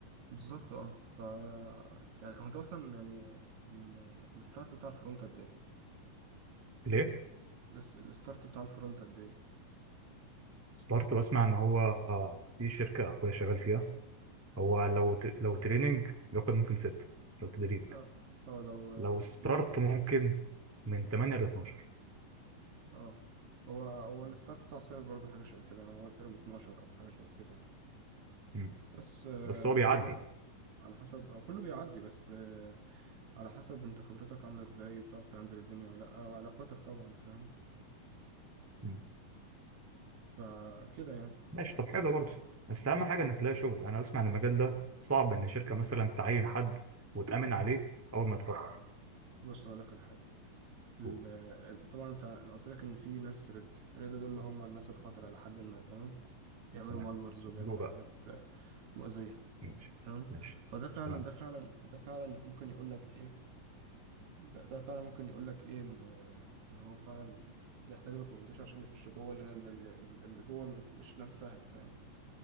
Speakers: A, on the right; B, in the centre.
A: بالظبط اه ف يعني هو انت اصلا يعني ال- الستارت بتاع الفرونت قد ايه
B: ليه؟
A: الس- الستارت بتاع الفرونت قد ايه
B: ستارت بسمع ان هو آه، في شركة اخويا شغال فيها هو لو ت... لو تريننج ياخد ممكن ستة لو تدريب
A: اه اه لو
B: لو ستارت
A: لو ش-
B: ممكن من 8 ل 12
A: اه هو هو الستارت بتاع السايبر برضه حاجه شبه كده يعني هو تقريبا 12 او حاجه شبه كده يعني
B: مم.
A: بس آه،
B: بس هو بيعدي
A: برضه على حسب آه، كله بيعدي بس آه، على حسب انت خبرتك عامله ازاي وبتعرف تهندل الدنيا ولا لا وعلاقاتك طبعا فاهم
B: مم.
A: فكده يعني
B: ماشي طب حلو
A: يعني
B: برضه بس اهم حاجه
A: مم.
B: انك تلاقي شغل انا بسمع ان المجال ده صعب ان شركه مثلا تعين حد وتامن عليه اول ما يتخرج
A: بص أقول لك على حاجة ال-
B: قول
A: ال- طبعا انت انا قلت لك ان في ناس ريد ريد دول اللي هم الناس الخطرة لحد ما تمام بيعملوا
B: تمام
A: مالورز وبيعملوا
B: له بقى
A: حاجات آه، مؤذية
B: ماشي
A: تمام
B: ماشي
A: فده فعلا
B: تمام
A: ده فعلا ده فعلا ممكن يقول لك ايه ده, ده فعلا ممكن يقول لك ايه ان آه، ان هو فعلا بيحتاج ريكومنديشن عشان يخش جوه لان ال- ال- اللي جوه مش ناس سهلة فاهم